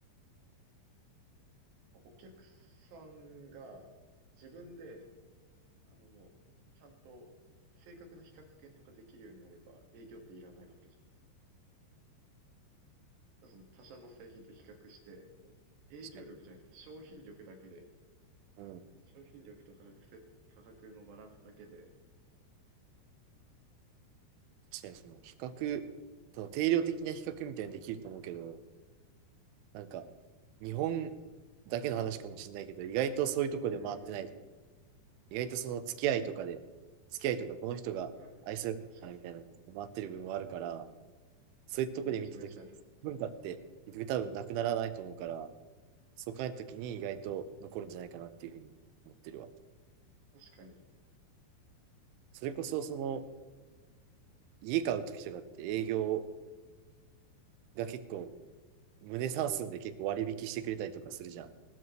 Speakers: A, on the right; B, on the right.
A: お客さんが自分で、あのもう、ちゃんと正確な比較検とかできるようになれば営業っていらないわけじゃん。だからその他社の製品と比較して、もう営業力じゃなくて商品力だけで、
B: 確かに。うん、
A: 商品力と価格せ、価格のバランスだけで、
B: 確かにその比較、その定量的な比較みたいにできると思うけど、なんか、日本だけの話かもしれないけど、意外とそういうとこで回ってない。
A: うーん、
B: 意外とその付き合いとかで、付き合いとかこの人が愛するからみたいなのが回ってる部分はあるから、
A: これはね、確か
B: そういうとこで見たとき、
A: に、めちゃめちゃあるね。
B: 文化って結局多分なくならないと思うから、そう考えたときに意外と残るんじゃないかなっていうふうに思ってるわ。
A: 確かに、
B: それこそ、その、家買うときとかって営業が結構、胸算数で結構割引してくれたりとかするじゃん。